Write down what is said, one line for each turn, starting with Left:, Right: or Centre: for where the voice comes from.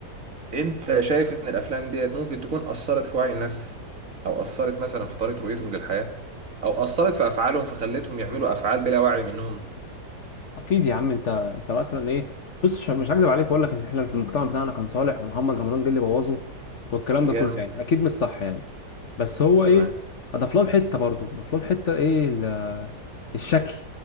Right: انت شايف ان الافلام ديت ممكن تكون اثرت في وعي الناس او اثرت مثلا في طريقة رؤيتهم للحياة او اثرت في افعالهم فخلتهم يعملوا افعال بلا وعي منهم
Left: اكيد يا عم انت انت مثلا ايه بص مش مش هكذب عليك واقول لك ان احنا في المجتمع بتاعنا كان صالح ومحمد رمضان جه اللي بوظه والكلام ده
Right: جام
Left: كله يعني اكيد مش صح يعني بس هو
Right: تمام
Left: ايه اضاف لهم حته برضه اضاف لهم حته ايه ال- الشكل